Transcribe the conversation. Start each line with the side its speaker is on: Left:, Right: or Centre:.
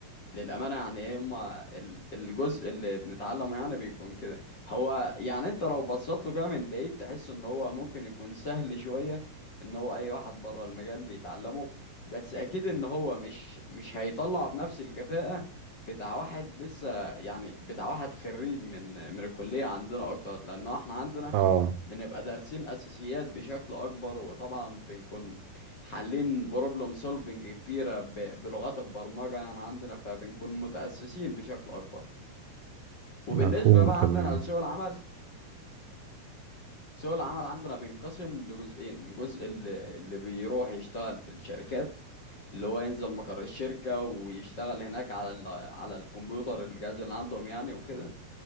Left: للأمانة يعني ايه هما ال- الجزء اللي بنتعلمه يعني بيكون كده هو يعني انت لو بصيت له كده من بعيد تحس ان هو ممكن يكون سهل شوية ان هو اي واحد بره المجال يتعلمه بس اكيد ان هو مش مش هيطلع بنفس الكفاءة بتاع واحد لسه يعني بتاع واحد خريج من من الكلية عندنا اكتر لانه احنا عندنا
Right: اه
Left: بنبقى دارسين اساسيات بشكل اكبر وطبعا بنكون حالين بروبلم سولفنج كتيرة ب- بلغات البرمجة يعني عندنا فبنكون متأسسين بشكل أكبر وبالنسبة
Right: مفهوم
Left: بقى
Right: تمام
Left: عندنا لسوق العمل سوق العمل عندنا بينقسم لجزئين جزء اللي, اللي بيروح يشتغل في الشركات اللي هو ينزل مقر الشركة ويشتغل هناك على ال على الكمبيوتر الجهاز اللي عندهم يعني وكده